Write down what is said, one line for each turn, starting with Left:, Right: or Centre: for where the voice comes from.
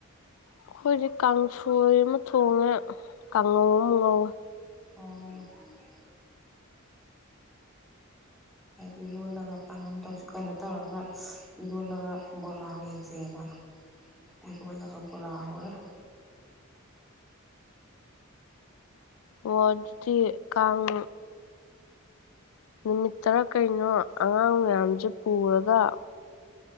Left: ꯑꯩꯈꯣꯏꯗꯤ ꯀꯥꯡꯁꯣꯏ ꯑꯃ ꯊꯣꯡꯉꯦ ꯀꯥꯡꯉꯧ ꯑꯃ ꯉꯧꯋꯦ
Centre: ꯑꯣ ꯍꯥꯏ ꯏꯔꯣꯜꯂꯒ ꯄꯥꯛꯅꯝ ꯇꯧꯁꯦ ꯀꯩꯅꯣ ꯇꯧꯔꯒ ꯏꯔꯣꯜꯂꯒ ꯕꯣꯔꯥ ꯍꯧꯔꯁꯦꯅ ꯏꯔꫭꯜꯂꯒ ꯕꫭꯔꯥ ꯍꯧꯔꯦ
Left: ꯑꫭ ꯑꯗꯨꯗꯤ ꯀꯥꯡ ꯅꯨꯃꯤꯠ ꯇꯔꯥ ꯀꯩꯅꯣ ꯑꯉꯥꯡ ꯃꯌꯥꯝꯖꯦ ꯄꯨꯔꯒ